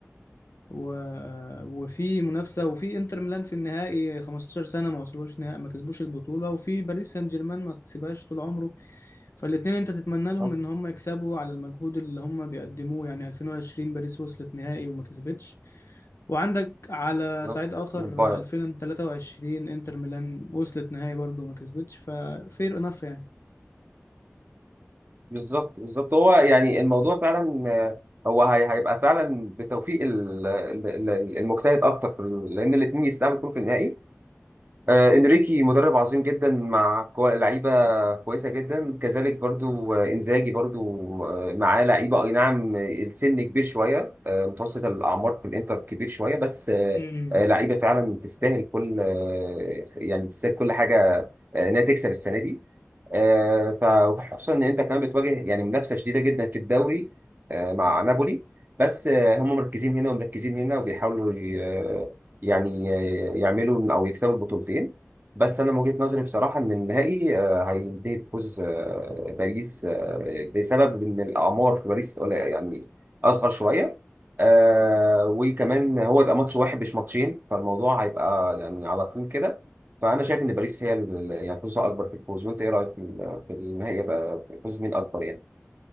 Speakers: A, on the left; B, on the right.
A: و... وفي منافسة وفي انتر ميلان في النهائي 15 سنة ما وصلوش نهائي ما كسبوش البطولة وفي باريس سان جيرمان ما كسبهاش طول عمره فالاتنين انت تتمنى لهم
B: صح
A: ان هم يكسبوا على المجهود اللي هم بيقدموه يعني 2020 باريس وصلت نهائي وما كسبتش وعندك على
B: بالظبط
A: صعيد اخر
B: والباير
A: 2023 انتر ميلان وصلت نهائي برضه وما كسبتش ففير انف يعني
B: بالظبط بالظبط هو يعني الموضوع فعلا آه، هو هي- هيبقى فعلا بتوفيق ال- ال- ال- المجتهد اكتر في ال- لان الاثنين يستاهلوا يكونوا في النهائي آه، انريكي مدرب عظيم جدا مع كو- لعيبه كويسه جدا كذلك برضو آه، انزاجي برضو آه، معاه لعيبه اي نعم آه، السن كبير شويه آه، متوسط الاعمار في الانتر كبير شويه بس آه،
A: امم
B: آه، لعيبه فعلا تستاهل كل آه، يعني تستاهل كل حاجه آه، انها تكسب السنه دي آه، فخصوصا ان انت كمان بتواجه يعني منافسه شديده جدا في الدوري آه، مع نابولي بس آه، هم مركزين هنا ومركزين هنا وبيحاولوا ي- آه، يعني آه، يعملوا او يكسبوا البطولتين بس انا من وجهه نظري بصراحه ان النهائي آه، هينتهي بفوز آه، باريس آه، بسبب ان الاعمار في باريس قليلة، يعني اصغر شويه آه، وكمان هو يبقى ماتش واحد مش ماتشين فالموضوع هيبقى يعني على طول كده فانا شايف ان باريس هي ال- يعني فرصه اكبر في الفوز وانت ايه رايك في ال- في النهائي بقى فوز مين اكبر يعني